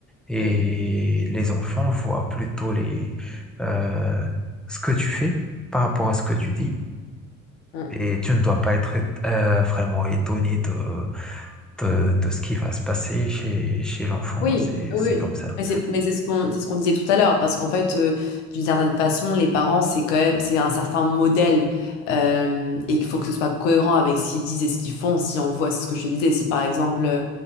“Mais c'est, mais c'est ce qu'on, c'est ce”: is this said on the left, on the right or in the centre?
Left